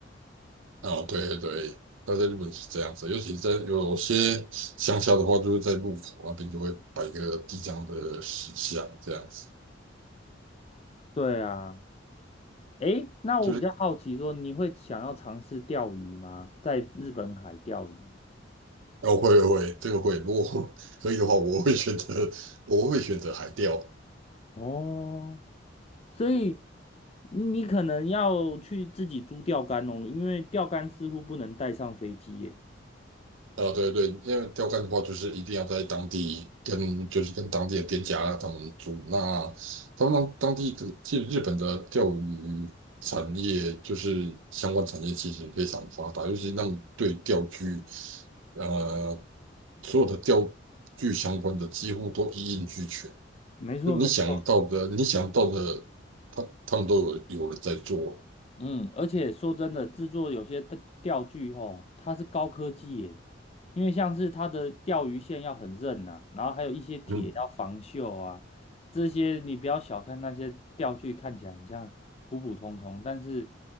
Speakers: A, on the right; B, on the left.
A: 啊，对对对。那在日本是这样子，尤其在有些乡下的话，就是在路口那边就会摆一个地藏的石像，这样子。
B: 对啊，诶，那我比较好奇说，
A: 就是。
B: 你会想要尝试钓鱼吗？在日本海钓鱼？
A: 哦，会会，这个会。如果 <laughs> 可以的话，我会选择，我会选择海钓。
B: 哦，所以你可能要去自己租钓竿哦，因为钓竿似乎不能带上飞机耶。
A: 啊、对对，因为钓竿的话，就是一定要在当地跟，就是跟当地的店家他们租。那他们当当地的，其实日本的钓鱼产业就是相关产业其实非常发达，尤其那种对钓具，呃，所有的钓具相关的几乎都一应俱全。
B: 没错，
A: 就你想到的，
B: 没错，
A: 你想到的，他他们都有有人在做。
B: 嗯，而且说真的，制作有些的钓具吼，它是高科技耶，因为像是它的钓鱼线要很韧呐、然后还有一些铁要防锈啊，
A: 嗯，
B: 这些你不要小看那些钓具，看起来很像普普通通，但是